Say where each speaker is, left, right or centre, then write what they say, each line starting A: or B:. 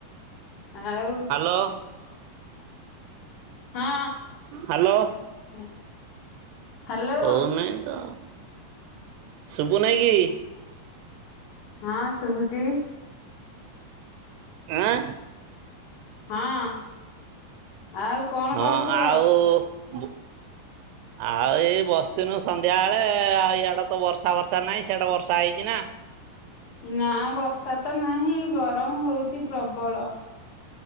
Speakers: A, on the left; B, on the right.
A: ଆଉ।
B: ହାଲୋ
A: ହଁ
B: ହାଲୋ।
A: <inaudible> ହ୍ୟାଲୋ
B: ହଉ ନେଇ ତ ଶୁଭୁ ନେଇ କି।
A: ହଁ ଶୁଭୁଚି।
B: ଆଁ।
A: ହଁ ଆଉ। କଣ
B: ହଁ
A: କରୁଥିଲ?
B: ଆଉ ବୁ ଆଉ ଏଇ ବସିଥିନୁ ସନ୍ଧ୍ୟା ବେଳେ ଆଉ ଇଆଡେ ତ ବର୍ଷା ବର୍ଷା ନାହିଁ ସେଆଡେ ବର୍ଷା ହେଇଛି ନା।
A: ନା ବର୍ଷା ତ ନାହିଁ ଗରମ ହଉଛି ପ୍ରବଳ।